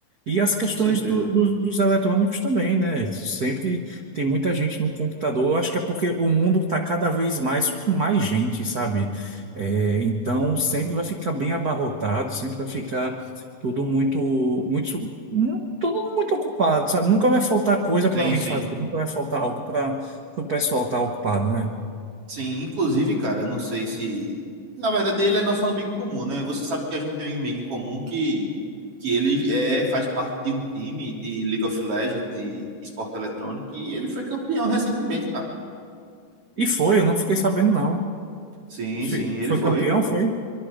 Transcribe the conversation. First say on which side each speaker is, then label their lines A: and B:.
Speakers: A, on the right; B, on the right.
A: E as questões
B: com certeza.
A: do- do- dos eletrônicos também, né? Sempre tem muita gente no computador. Eu acho que é porque o mundo está cada vez mais com mais gente, sabe? É, então sempre vai ficar bem abarrotado, sempre vai ficar tudo muito, muito, mu- tudo muito ocupado, sabe? Nunca vai faltar coisa para
B: Sim,
A: alguém
B: sim.
A: fazer, nunca vai faltar algo para o pessoal estar ocupado, né?
B: Sim, inclusive, cara, eu não sei se. Na verdade, ele é nosso amigo comum, né? Você sabe que a gente tem um amigo em comum que, que ele é, faz parte de um time de League of Legends, de esporte eletrônico, e ele foi campeão recentemente, cara.
A: E foi, eu não fiquei sabendo, não.
B: Sim,
A: Fi-
B: sim, ele
A: Foi
B: foi.
A: campeão, foi?